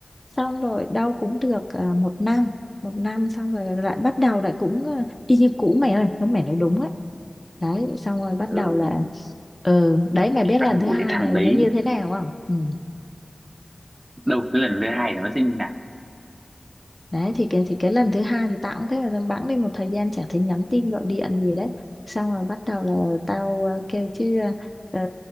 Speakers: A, on the left; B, on the right.
A: xong rồi đâu cũng được à, một năm một năm xong rồi lại bắt đầu lại cũng ờ, y như cũ mày ơi nó mày nói đúng á đấy xong rồi bắt
B: ừ,
A: đầu là
B: thì
A: ừ đấy mày
B: cái
A: biết
B: văn
A: lần thứ
B: của
A: hai
B: cái thằng
A: này
B: đấy
A: nó như thế nào không ừ
B: đâu cái lần thứ hai thì nó sẽ như nào
A: đấy thì cái thì cái lần thứ hai thì tao cũng thấy là tao bẵng đi một thời gian chả thấy nhắn tin gọi điện gì đấy xong rồi bắt đầu là tao ờ, kêu chứ ờ,